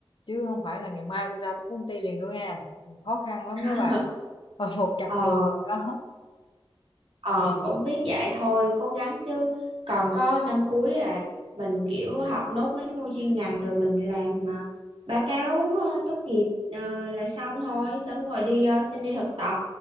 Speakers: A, on the left; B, on the right.
A: chứ không phải là ngày mai tôi ra tôi có công ty liền đâu nha khó khăn lắm
B: <laughs>
A: đó bà <laughs> còn một chặng
B: ờ
A: đường lần đó
B: Ờ
A: ừ.
B: cũng biết vậy thôi cố gắng chứ còn có năm cuối à mình kiểu
A: Ừ.
B: học nốt mấy môn chuyên ngành rồi mình làm à, báo cáo à, tốt nghiệp à, là xong thôi xong rồi đi à, xin đi thực tập